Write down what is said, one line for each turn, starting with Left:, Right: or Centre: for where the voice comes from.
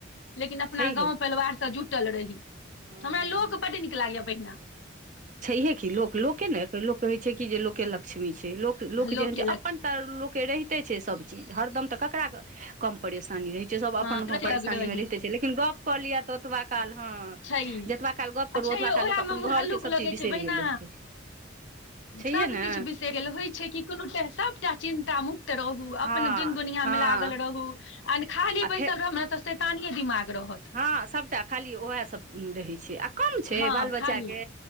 Left: लेकिन अपना
Right: छै
Left: गाँव परिवारसँ जुटल रही
Right: हे
Left: हमरा लोक बड नीक लगैए ऐ भैना
Right: छैहे की लोक लोक के ने लोक कहै छै कि जे लोक लग लक्ष्मी छै लोक लोक
Left: लोकके
Right: जेहन छै
Left: लग
Right: अपन तऽ लोकके रहिते छै सबचीज हरदम तऽ ककरा कम परेशानी रहैत छै सब
Left: हँ
Right: अपन अपन परेशानीमे
Left: लग रही
Right: रहिते छै लेकिन गप कऽ लिअऽ ततबा काल ह
Left: छैहे
Right: जतबा काल गप
Left: अच्छा
Right: करू ओतबा
Left: यौ
Right: काल
Left: ओएहमे
Right: अपन
Left: मुँह
Right: घरके
Left: हल्लुक
Right: सभ
Left: लगैछै
Right: चीज बिसरि
Left: बहिना
Right: गेल हेतै छैहे
Left: सब
Right: ने
Left: किछ होइ छै कि कोनो सबटा चिन्ता मुुक्त रह
Right: हँ
Left: दिन दुनिया
Right: हँ
Left: मे लागल रहू आ खाली
Right: आ
Left: बैसल
Right: फेर
Left: रह ने तऽ शैतानिये दिमाग रहत
Right: हँ सबटा खाली ओएह सब रहै छै आ कम छै
Left: हँ
Right: बाल बच्चाके
Left: खाली